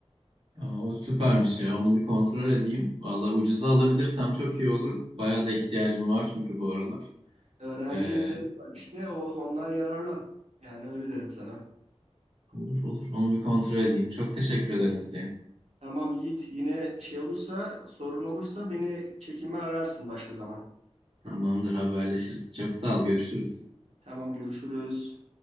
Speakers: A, on the right; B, on the right.
A: Aa, o süpermiş ya. Onu bir kontrol
B: E,
A: edeyim. Valla ucuza alabilirsem çok iyi olur. Bayağı da ihtiyacım var çünkü bu aralar.
B: Öğrenci
A: Ee,
B: indirimi var işte. O, ondan yararlan. Yani öyle derim sana.
A: olur olur. Onu bir kontrol edeyim. Çok teşekkür ederim
B: Evet.
A: Hüseyin.
B: Tamam Yiğit. Yine şey olursa, sorun olursa beni çekinme ararsın başka zaman.
A: Tamamdır haberleşiriz. Çok sağ ol. Görüşürüz.
B: Tamam görüşürüz.